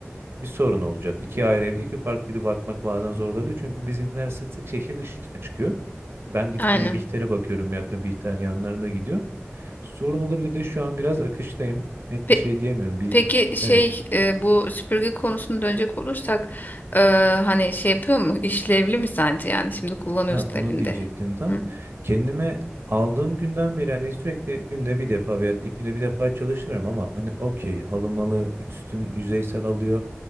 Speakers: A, on the right; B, on the left.
A: bir sorun olacak. İki ayrı evde iki farklı kedi bakmak bazen zor olabilir. Çünkü bizimkiler sık sık şehir dışına çıkıyor. Ben gidip
B: Aynen.
A: yine Bihter'e bakıyorum ya da Bihter yanlarında gidiyor. Sorun olabilir de şu an biraz akıştayım. Net
B: Pe-
A: bir şey diyemiyorum. Bir
B: Peki şey
A: evet.
B: e, bu süpürge konusuna dönecek olursak e, hani şey yapıyor mu işlevli mi sence yani şimdi kullanıyorsun
A: Ha, onu
B: evinde?
A: diyecektim tam.
B: Hı.
A: Kendime aldığım günden beri hani sürekli günde bir defa veya iki günde bir defa çalışıyorum ama hani okey halımalı üstün yüzeysel alıyor.